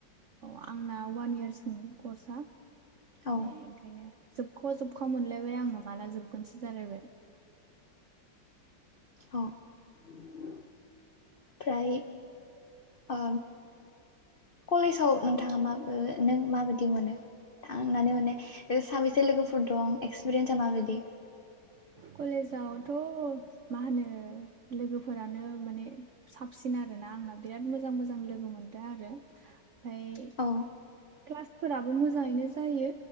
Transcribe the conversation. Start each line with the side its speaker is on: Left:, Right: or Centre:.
Right: औ आंना ववान इयार्सनि कर्सआ
Left: औ
Right: दे ओंखायनो जोबख' जोबखवा मोनलायबाय आंनो माला जोबगोनसो जालायबाय
Left: औ ओमफ्राय ओ कलेजाव नोंथाङा मा नों माबायदि मोनो थांनानै माने साबेसे लोगोफोर दं एक्सपिरियेन्सा माबायदि
Right: कलेजावथ' मा होनो लोगोफोरानो माने साबसिन आरोना आंना बिराद मोजां मोजां लोगो मोन दा आरो ओमफाय
Left: औ
Right: क्लासफोराबो मोजाङैनो जायो